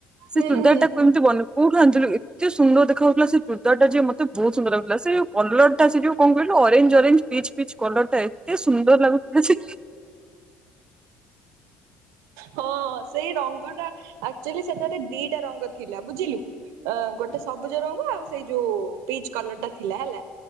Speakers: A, on the right; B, on the right.
A: ହୁଁ
B: ସେ ଚୁର୍ଦାର୍
A: ହୁଁ ହୁଁ
B: କେମିତି ବନଉ? କୋଉଠୁ ଆଣିଥିଲୁ ଏତେ ସୁନ୍ଦର୍ ଦେଖା ହୋଉଥିଲା ସେ ଚୂଡ୍ଦାର୍ ଟାଜେ ମତେ ବହୁତ୍ ସୁନ୍ଦର୍ ଲାଗୁଥିଲା। ସେଉ କଲର୍ ଟା ସେ ଯୋଉ କଣ କହିଲୁ orange orange peach peach colour ଟା ଏତେ ସୁନ୍ଦର୍ ଲାଗୁଥିଲା ଯେ।
A: ହଁ ସେଇ ରଙ୍ଗଟା ଆକ୍ଚୁଲି ସେଠାରେ ଦିଟା ରଙ୍ଗ ଥିଲା ବୁଝିଲୁ। ଆ ଗୋଟେ ସବୁଜ ରଙ୍ଗ ଆଉ ସେଇ ଯୋଉ ପିଚ୍ କଲର୍ ଟା ଥିଲାହେଲା।